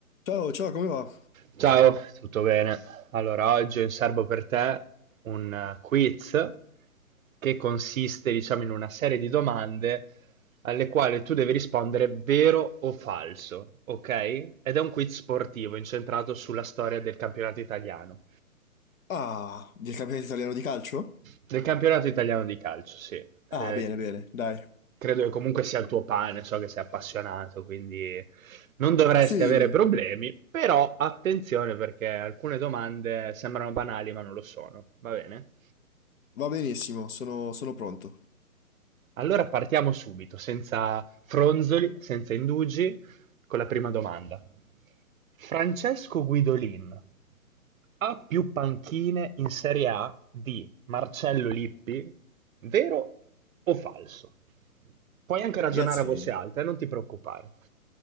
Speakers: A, on the left; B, on the right.
A: Ciao, ciao, come va?
B: Ciao, tutto bene? Allora, oggi ho in serbo per te un eh, quiz che consiste, diciamo, in una serie di domande alle quali tu devi rispondere vero o falso, ok? Ed è un quiz sportivo incentrato sulla storia del campionato italiano.
A: Ah, del campionato italiano di calcio?
B: Del campionato italiano di calcio, sì. Eh,
A: Ah, bene, bene, dai.
B: credo che comunque sia il tuo pane, so che sei appassionato, quindi non dovresti
A: Sì,
B: avere problemi, però attenzione perché alcune domande sembrano banali ma non lo sono, va bene?
A: va benissimo, sono, sono pronto.
B: Allora partiamo subito, senza fronzoli, senza indugi, con la prima domanda. Francesco Guidolin ha più panchine in Serie A di Marcello Lippi, vero o falso? Puoi anche ragionare
A: Ragazzi,
B: a voce alta, eh, non ti preoccupare.